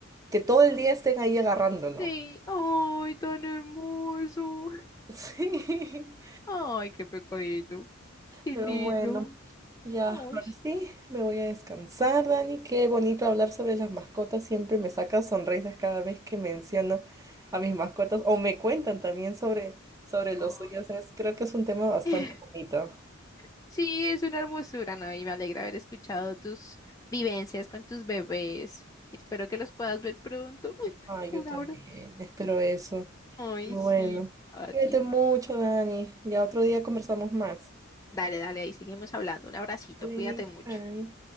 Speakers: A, on the right; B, on the left.
A: que todo el día estén ahí agarrándolo.
B: sí, ay, tan hermoso.
A: <laughs> Sí.
B: Ay, qué pecadito, qué
A: Pero
B: lindo.
A: bueno, ya,
B: Ay,
A: ahora sí, me voy a descansar, Dani. Qué bonito hablar sobre las mascotas. Siempre me saca sonrisas cada vez que menciono a mis mascotas o me cuentan también sobre, sobre los
B: ay.
A: suyos. Es- creo que es un tema bastante
B: <laughs>
A: bonito.
B: Sí, es una hermosura, ¿no? Y me alegra haber escuchado tus vivencias con tus bebés. Espero que los puedas ver pronto. <laughs>
A: Ah, yo
B: Un
A: también,
B: abrazo.
A: espero eso.
B: Ay,
A: Bueno,
B: sí, a
A: cuídate
B: ti.
A: mucho, Dani. Ya otro día conversamos más.
B: Dale, dale, ahí seguimos hablando. Un abracito,
A: Vale,
B: cuídate mucho.
A: bye.